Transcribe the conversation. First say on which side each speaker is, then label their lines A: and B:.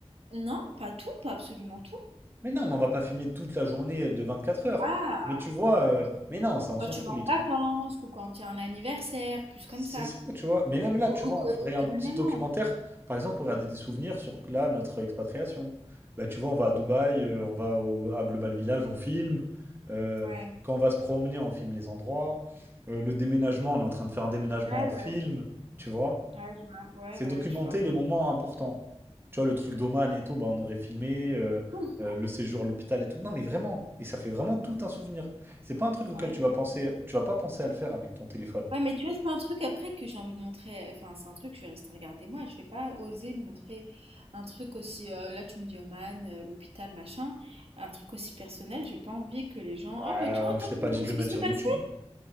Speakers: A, on the right; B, on the right.
A: Non, pas tout, pas absolument tout.
B: Mais non, mais on va pas filmer toute la journée euh, de vingt-quatre heures.
A: Ah,
B: Mais tu vois,
A: voilà,
B: euh,
A: ok.
B: mais non, ça on
A: Quand
B: s'en
A: tu
B: fout
A: vas
B: les
A: en
B: trucs.
A: vacances ou quand il y a un anniversaire, plus comme
B: C'est
A: ça.
B: ça, tu vois. Mais même là,
A: Ou
B: tu
A: oc-
B: vois, on ferait
A: Occasionnellement.
B: un petit documentaire, par exemple, pour regarder des souvenirs sur là, notre expatriation. Bah tu vois, on va à Dubaï, euh, on va au- à Global Village, on filme. Euh,
A: Ouais,
B: quand on va se promener, on filme les endroits. Euh, le déménagement, on est en train de faire un déménagement,
A: Ouais,
B: on filme,
A: ouais.
B: tu vois.
A: Ouais, je vois. ouais,
B: C'est
A: ouais,
B: documenter
A: ouais, je vois.
B: les moments importants. Tu vois, le truc d'Oman et tout, bah, on aurait filmé euh,
A: Hum.
B: euh, le séjour à l'hôpital et tout. Non, mais vraiment. Et ça fait vraiment tout un souvenir. C'est pas un truc auquel
A: Ouais,
B: tu vas penser, tu vas pas penser à le faire avec ton téléphone.
A: Ouais, mais tu vois, c'est pas un truc après que j'ai envie de montrer. Enfin, c'est un truc, je vais rester regarder moi. Je vais pas oser le montrer. Un truc aussi. euh, là, tu me dis Oman, euh, l'hôpital, machin. Un truc aussi personnel. J'ai pas envie que les gens.
B: Bah,
A: Oh, bah, tiens, attends,
B: je t'ai pas
A: tu
B: dit
A: vois
B: de
A: ce
B: le mettre
A: qui s'est
B: sur
A: passé?
B: YouTube.